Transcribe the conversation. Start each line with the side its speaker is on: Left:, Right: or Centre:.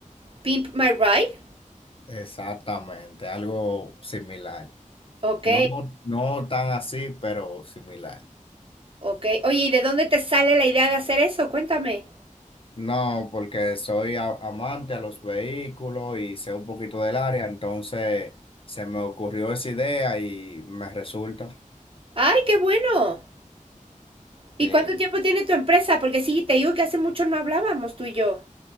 Right: Pimp My Ride.
Left: Exactamente, algo similar.
Right: Ok.
Left: No, no tan así, pero similar.
Right: Ok. Oye, ¿y de dónde te sale la idea de hacer eso? Cuéntame.
Left: No, porque soy a- amante a los vehículos y sé un poquito del área, entonces se me ocurrió esa idea y me resulta.
Right: ¡Ay, qué bueno! ¿Y
Left: Sí,
Right: cuánto tiempo tiene tu empresa? Porque sí, te digo que hace mucho no hablábamos tú y yo.